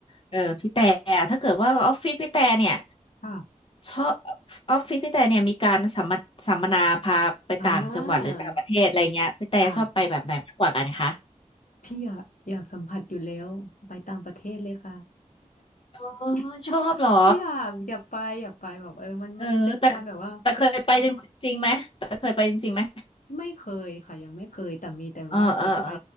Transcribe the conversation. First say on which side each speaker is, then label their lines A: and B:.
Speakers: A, on the left; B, on the left.
A: เออพี่แต่ถ้าเกิดว่าออฟฟิศพี่แต่เนี่ย
B: ค่ะ
A: ชอบออฟฟิศพี่แต่เนี่ยมีการสัมมสัมมนาพาไปต่างจังหวัดหรือต่างประเทศอะไรเงี้ยพี่แต่ชอบไปแบบไหนมากกว่ากันคะ
B: อ่าค่ะพี่อยากอยากสัมผัสอยู่แล้วไปต่างประเทศเลยค่ะ
A: อ๋อ
B: <laughs>
A: ชอบเหรอ
B: อยากอยากไปอยากไปแบบเออมันมันเป็นการแบบว่า
A: เออแต่แต่เคยไปจริงจริงไหมแต่เคยไปจริงๆไหม
B: ไม่เคยค่ะยังไม่เคยแต่มีแต่ว่าแบบไป
A: เออเออเออ